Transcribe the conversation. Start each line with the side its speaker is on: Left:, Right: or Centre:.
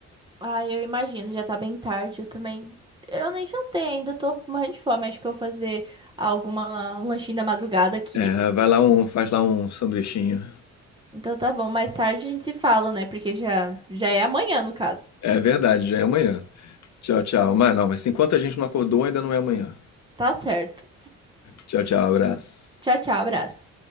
Right: Ah, eu imagino, já tá bem tarde, eu também. Eu nem jantei ainda, tô morrendo de fome. Acho que eu vou fazer alguma, um lanchinho da madrugada aqui.
Left: É, vai lá um, faz lá um sanduichinho.
Right: Então tá bom, mais tarde a gente se fala, né? Porque já, já é amanhã, no caso.
Left: É verdade, já é amanhã. Tchau, tchau. Mas não, mas enquanto a gente não acordou, ainda não é amanhã.
Right: Tá certo.
Left: Tchau, tchau, abraço.
Right: Tchau, tchau, abraço.